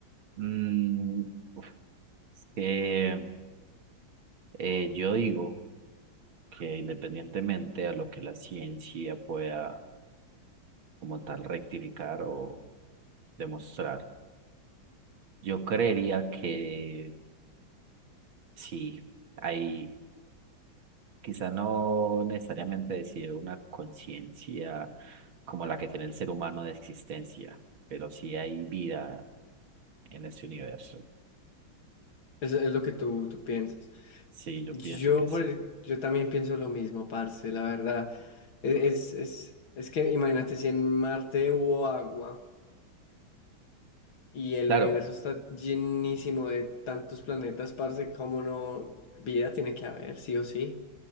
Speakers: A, on the right (about 75°); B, on the left (about 75°).
A: Mm, uf, es que... Eh, yo digo que independientemente a lo que la ciencia pueda como tal rectificar o demostrar, yo creería que sí, hay quizá no necesariamente decir una conciencia como la que tiene el ser humano de existencia, pero sí hay vida en este universo.
B: Es, es lo que tú, tú piensas.
A: Sí, yo
B: Yo,
A: pienso que sí.
B: por el- yo también pienso lo mismo, parce, la verdad. E- Es, es, es que imagínate si en Marte hubo agua y el
A: Claro,
B: universo está llenísimo de tantos planetas, parce, como no, vida tiene que haber, sí o sí.